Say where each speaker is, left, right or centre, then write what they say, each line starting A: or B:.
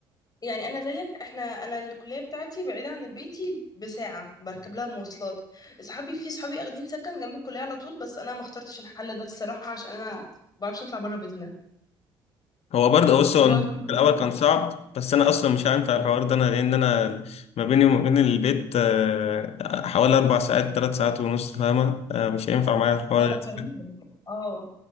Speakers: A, on the left (about 30°); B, on the left (about 55°).
A: يعني انا زيك احنا انا الكليه بتاعتي بعيده عن بيتي بساعه بركب لها مواصلات اصحابي في صحابي اخدين سكن جنب الكليه على طول بس انا ما اخترتش الحل ده الصراحه عشان انا ما بعرفش اطلع بره بيتنا
B: هو برضه بص هو
A: فبقعد
B: الموضوع
A: كل
B: في
A: يوم
B: الأول كان
A: ساعه
B: صعب بس أنا أصلا مش هينفع الحوار ده أنا لأن أنا ما بيني وما بين البيت آه، حوالي أربع ساعات تلات ساعات ونص فاهمة آه، مش هينفع معايا الحوار
A: اه لا بعيده
B: ده
A: اه